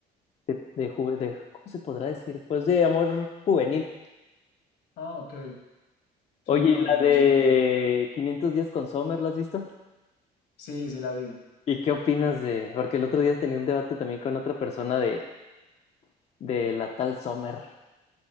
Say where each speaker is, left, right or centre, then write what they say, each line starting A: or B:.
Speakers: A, on the left (about 40°); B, on the left (about 75°).
A: de, de, juve- de- ¿cómo se podrá decir? Pues de amor juvenil.
B: Ah, ok.
A: Oye,
B: Sí, no,
A: ¿y la
B: no he
A: de
B: visto él.
A: 500 días con Sommer, la has visto?
B: Sí, sí la vi.
A: ¿Y qué opinas de...? Porque el otro día tenía un debate también con otra persona de, de la tal Sommer.